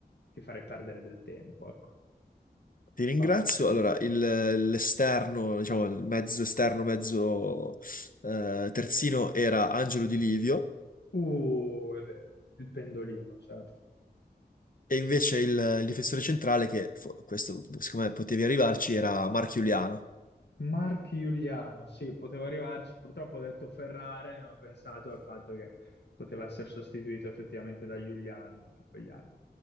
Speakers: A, on the left (about 80°); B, on the left (about 55°).
A: ti farei perdere del tempo, ecco.
B: ti ringrazio.
A: Vai.
B: Allora, il- l'esterno, diciamo, il mezzo esterno, mezzo eh, terzino era Angelo Di Livio.
A: Uh, è vero, il pendolino, certo.
B: E invece il, il difensore centrale, che fo- questo secondo me potevi arrivarci, era Marchiuliano.
A: Mark Giuliano, sì, potevo arrivarci, purtroppo ho detto Ferrara e non ho pensato al fatto che poteva essere sostituito effettivamente da Giuliano in quegli anni.